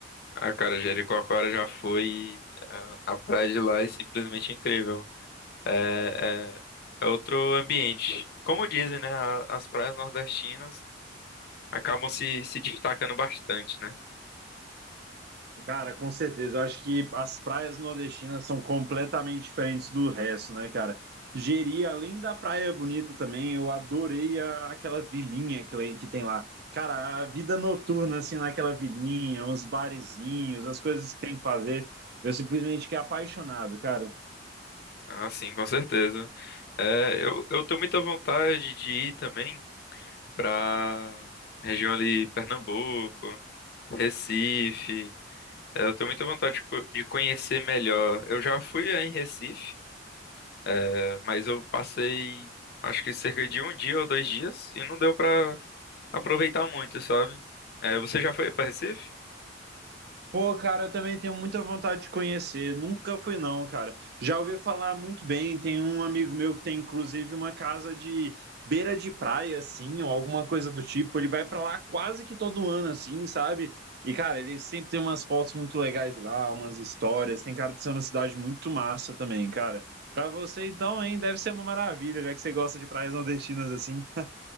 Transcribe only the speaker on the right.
Cara, com certeza. Eu acho que as praias nordestinas são completamente diferentes do resto, né, cara? Jeri, além da praia bonita também, eu adorei a- aquela vilinha que, lá- que tem lá. Cara, a vida noturna, assim, naquela vilinha, os barezinhos, as coisas que tem que fazer. Eu simplesmente fiquei apaixonado, cara.
Pô, cara, eu também tenho muita vontade de conhecer. Nunca fui, não, cara. Já ouvi falar muito bem. Tem um amigo meu que tem, inclusive, uma casa de beira de praia, assim, ou alguma coisa do tipo. Ele vai pra lá quase que todo ano, assim, sabe? E, cara, ele sempre tem umas fotos muito legais de lá, umas histórias. Tem cara de ser uma cidade muito massa também, cara. Pra você, então, hein, deve ser uma maravilha, já que você gosta de praias nordestinas assim.